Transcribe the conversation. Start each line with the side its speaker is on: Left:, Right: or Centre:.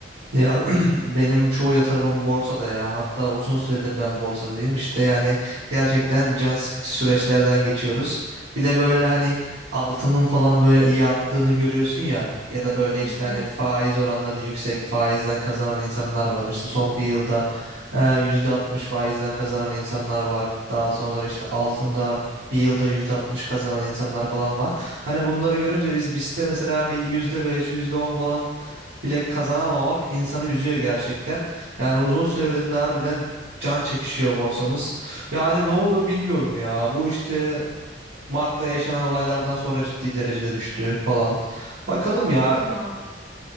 Right: Ya <clears throat> benim çoğu yatırımım borsada ya. Hatta uzun süredir ben borsadayım. İşte yani gerçekten can sıkıcı süreçlerden geçiyoruz. Bir de böyle hani altının falan böyle iyi arttığını görüyorsun ya. Ya da böyle işte
Centre: Hmm.
Right: hani faiz oranları yüksek faizden kazanan insanlar var. İşte son bir yılda e, %60 faizden kazanan insanlar var. Daha sonra işte altında bir yılda %60 kazanan insanlar falan var. Hani bunları görünce biz BIST'te mesela bir yüzde beş yüzde on falan bile kazanamamak insanı üzüyor gerçekten. Yani uzun süredir de harbiden can çekişiyor borsamız. Yani ne olur bilmiyorum ya. Bu işte Mart'ta yaşanan olaylardan sonra ciddi derecede düştü falan. Bakalım
Centre: Ya
Right: ya
Centre: sorma.